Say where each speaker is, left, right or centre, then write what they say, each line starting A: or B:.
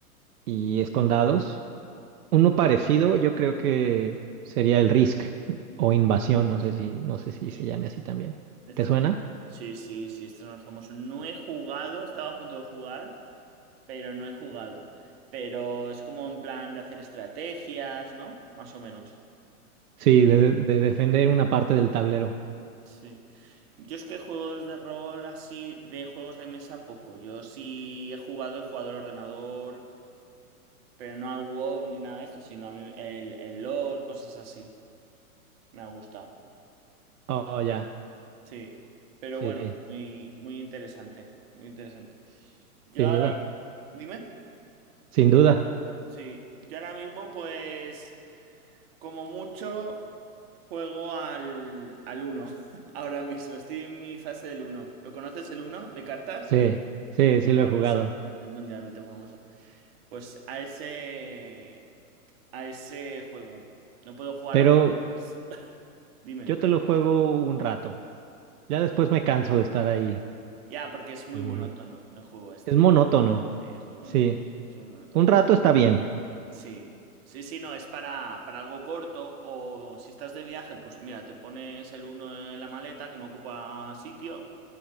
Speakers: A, on the right; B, on the right.
A: y es con dados. Uno parecido, yo creo que sería el Risk o Invasión, no sé si, no sé si
B: sí.
A: se llame así también.
B: Este
A: ¿Te suena?
B: es... Sí, sí, sí, este es más famoso. No he jugado, estaba a punto de jugar, pero no he jugado. Pero es como en plan de hacer estrategias, ¿no? Más o menos.
A: Sí, de, de defender una parte del tablero.
B: Sí. Yo es que juegos de rol así, de juegos de mesa, poco. Yo sí he jugado, he jugado al ordenador. Pero no al WoW ni nada de esto, sino a mí el, el lore, cosas así. Me ha gustado.
A: Oh, ya.
B: Sí. Pero
A: Sí,
B: bueno, muy, muy interesante. Muy interesante. Yo
A: sin
B: ahora,
A: duda.
B: dime.
A: Sin duda.
B: Sí. Yo ahora mismo, pues, como mucho, juego al, al uno <laughs> Ahora mismo. Estoy en mi fase del uno ¿Lo conoces el uno de cartas?
A: Sí, sí, sí lo
B: Famoso.
A: he jugado.
B: Es mundialmente famoso. Pues a ese, a ese juego. No puedo jugar
A: Pero
B: a más. <laughs> Dime.
A: yo te lo juego un rato. Ya después me canso de estar ahí.
B: Ya, porque es muy
A: Eh,
B: monótono el juego este.
A: es monótono.
B: Sí, es muy monótono.
A: Sí.
B: Es muy monótono.
A: Un rato está bien.
B: Sí. Sí, sí, no, es para, para algo corto. O si estás de viaje, pues mira, te pones el uno en la maleta que no ocupa sitio